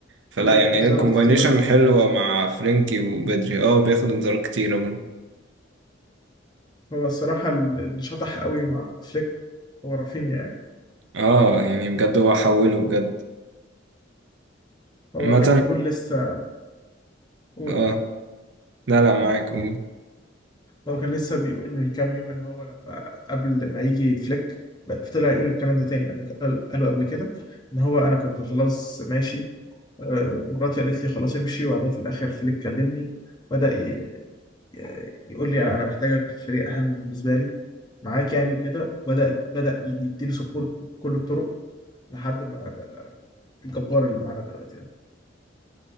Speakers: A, on the right (about 70°); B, on the left (about 20°).
A: فلا
B: وإنذارات
A: يعني هي الكومباينيشن
B: كتيرة
A: حلوة مع فرينكي وبدري اه بياخد انذارات كتيرة برضو
B: هو الصراحة اللي شطح قوي مع فليك هو رافينيا يعني
A: اه يعني بجد هو حوله بجد
B: هو
A: عامة
B: كان بيقول لسه قول
A: اه
B: قول
A: لا لا معاك قول.
B: هو كان لسه بيقول من كام يوم إن هو لما قبل ما يجي فليك بقى- طلع يقول الكلام ده تاني مع إنه قال- قاله قبل كده إن هو أنا كنت خلاص ماشي آه، ومراتي قالت لي خلاص امشي وبعدين في الآخر فليك كلمني بدأ ي- ي- يقول لي أنا أنا محتاجك في الفريق أهم بالنسبة لي معاك يعني وكده بدأت بدأ يديله سبورت بكل الطرق لحد ما بقى الجبار اللي معانا دلوقتي ده